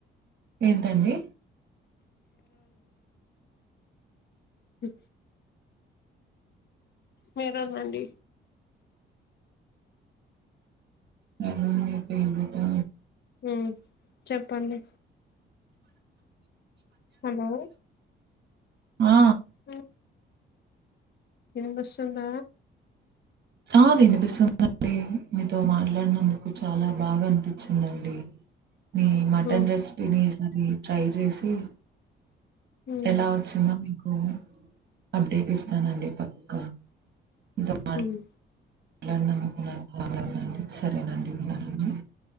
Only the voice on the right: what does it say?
ఏంటండి
మీ ఫేవరేటా
ఆ
ఆ వినిపిస్తుందండి మీతో మాట్లాడినందుకు చాలా బాగా అనిపించిందండి. మీ మటన్
రెసిపిది అది ట్రై చేసి
ఎలా వచ్చిందొ అవును అప్డేట్ ఇస్తానండి పక్కా మీతో మా
మాట్లాడినందుకు నాకు అనందగ ఉందండి సరేనండి ఉంటాను